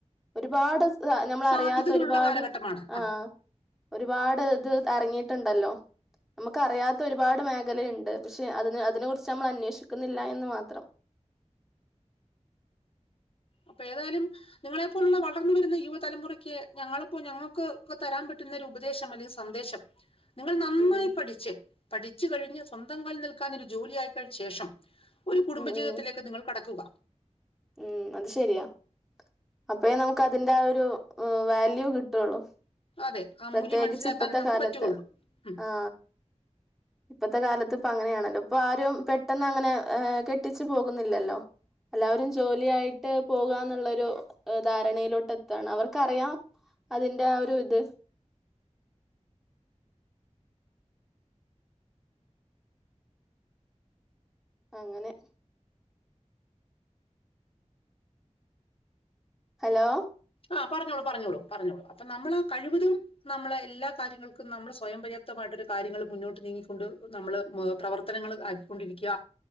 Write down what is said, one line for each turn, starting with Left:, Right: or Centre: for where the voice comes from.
Centre: ഒരുപാട് സ നമ്മൾ
Left: സാധ്യതകളുള്ള
Centre: അറിയാത്ത ഒരുപാട്
Left: കാലഘട്ടമാണ്
Centre: ആഹ
Left: ആ
Centre: ഒരുപാട് ഇത് ഇറങ്ങിയിട്ടുണ്ടല്ലോ നമുക്ക് അറിയാത്ത ഒരുപാട് മേഖലയുണ്ട് പക്ഷെ അതിന് അതിനെ കുറി ച്ച് നമ്മൾ അന്വേഷിക്കുന്നില്ല എന്ന് മാത്രം
Left: അപ്പൊ ഏതായാലും നിങ്ങളെപ്പോലുള്ള വളർന്നു വരുന്ന യുവതലമുറയ്ക്ക് ഞങ്ങളിപ്പോ ഞങ്ങൾക്ക് ക്ക് തരാൻ പറ്റുന്ന ഉപദേശം അല്ലെങ്കിൽ സന്ദേശം നിങ്ങൾ നന്നായി
Centre: ഉം
Left: പഠിച്ച് പഠിച്ചു കഴിഞ്ഞ് സ്വന്തം കാലിൽനിൽക്കാൻ ഒരു ജോലി ആയിക്കഴിഞ്ഞ ശേഷം ഒരു കുടുംബജീവിതത്തിലേക്ക്
Centre: ഉം ഉം
Left: നിങ്ങൾ കടക്കുക
Centre: ഉം അത് ശെരിയാ അപ്പ നമുക്ക് അതിന്റെ ആ ഒരു വാല്യൂ കിട്ടുള്ളു
Left: അതെ ആ
Centre: പ്രത്യേകിച്ച്
Left: മൂല്യം മനസ്സിലാക്കാൻ
Centre: ഇപ്പത്തെ
Left: നമുക്ക്
Centre: കാലത്ത്
Left: പറ്റുകയുള്ളൂ ഉം.
Centre: ആ ഇത്തെ കാലത്ത് ഇപ്പൊ അങ്ങനെയാണല്ലോ ഇപ്പൊ ആരും പെട്ടെന്ന് അങ്ങനെ കെട്ടിച്ചു പോകുന്നില്ലല്ലോ എല്ലാവരും ജോലിയായിട്ട് പോകാ എന്നുള്ളൊരു ധാരണയിലോട്ട് എത്തുയാണ് അവർക്കറിയാം അതിന്റെ ആ ഒരു ഇത് അങ്ങനെ ഹലോ
Left: ആ പറഞ്ഞോളൂ പറഞ്ഞോളൂ പറഞ്ഞോളൂ അപ്പൊ നമ്മൾ കഴിവതും നമ്മളെ എല്ലാ കാര്യങ്ങൾക്കും നമ്മൾ സ്വയം പര്യാപ്തമായിട്ടൊരു കാര്യങ്ങൾ മുന്നോട്ട് നീങ്ങിക്കൊണ്ട് നമ്മൾ പ്രവർത്തനങ്ങൾ കൊണ്ടിരിക്കയ